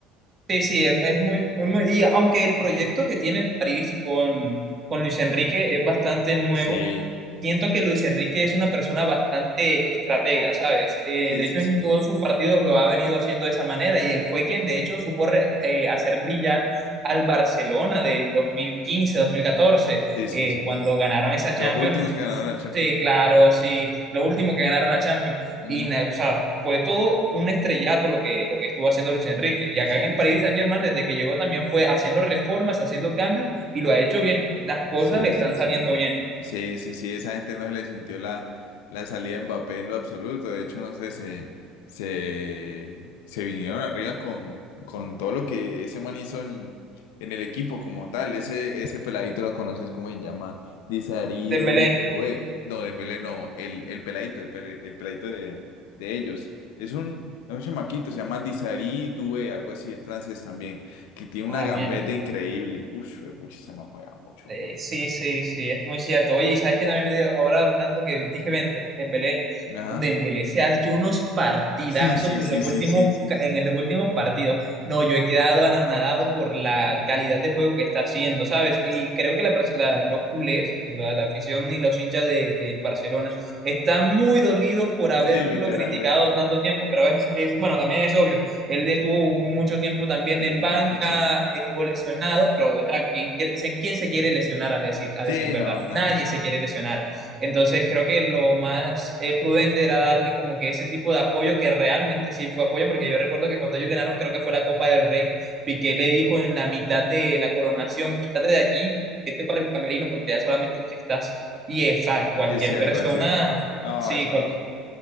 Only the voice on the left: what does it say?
Sí,
sí,
sí,
sí.
Sí, sí,
sí.
ya.
Los últimos
que ganaron la Champions.
Ujú.
Sí,
sí, sí.
Sí,
sí, sí.
Sí, sí, sí, esa gente no se le sintió la, la salida de Mbappé en lo absoluto. De hecho, no sé, se, se, se vinieron arriba con, con todo lo que ese man hizo en, en el equipo como tal. Ese, ese peladito lo conoces cómo se llama, Disarí
Dembélé. Doué. No, Dembélé no, el, el peladito, el, pele- el peladito de, de ellos. Es un, es un chamaquito, se llama Disarí Doué, algo así, es francés también, que tiene
una gambeta
increíble. Uf, pucha, ese man juega mucho
fútbol.
Ajá.
Sí, sí,
sí,
sí,
sí, sí.
Sí, literalmente.
Sí,
mucho.
Sí,
no, también
que.
Sí, sí, algo
así. No,
eso
no.